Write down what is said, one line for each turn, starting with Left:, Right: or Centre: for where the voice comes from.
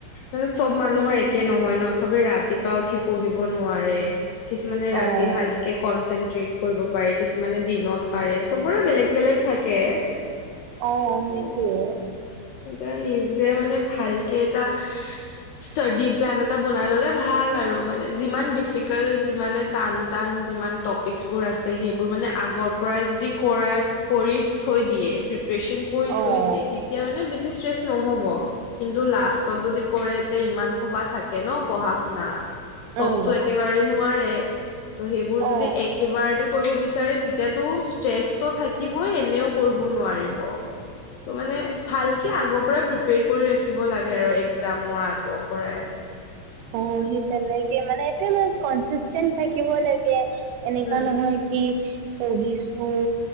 Left: মানে চব মানুহৰ একে নহয় ন, চবে ৰাতিপুৱা উঠি পঢ়িব নোৱাৰে। কিছুমানে ৰাতি
Right: অঁ
Left: ভাল কে, কনচেনট্ৰেট কৰিব পাৰে কিছুমানে দিনত পাৰে চবৰে বেলেগ বেলেগ থাকে।
Right: অঁ সেইটোৱে।
Left: উম এতিয়া নিজে মানে ভালকে এটা ষ্টাডি প্লেন এটা বনাই ললে ভাল আৰু মানে যিমান ডিফিকাল্ট যিমানে টান টান যিমান টপিকছ বোৰ আছে সেইবোৰ মানে আগৰ পৰাই যদি কৰা কৰি থৈ দিয়ে, প্ৰিপেৰচন কৰি
Right: অঁ
Left: থৈ দিয়ে। মানে বেছি ষ্টেজ নহব, কিন্তু লাভ কষ্ট যদি কৰে তে ইমান হুপা বা থাকে ন পঢ়া শুনা, চবতো
Right: উম
Left: এ কেবাৰে নোৱাৰে। ত' সেইবোৰ
Right: অ
Left: যদি এক একেইবাৰতে কৰিব বিচাৰে তেতিয়াতো ষ্ট্ৰেচটো থাকিবই এনেও কৰিব নোৱাৰিব। তো মানে ভালকে আগৰ পৰাই প্ৰিপেয়াৰ কৰি ৰাখিব লাগে আৰু এক্সামৰ আগৰ পৰাই।
Right: অঁ, সেই তেনেকে মানে এইটোয়ে মই কনচিষ্টেণ্ট থাকিব লাগে এনেকা
Left: উম
Right: নহয়। কি পঢ়িছো,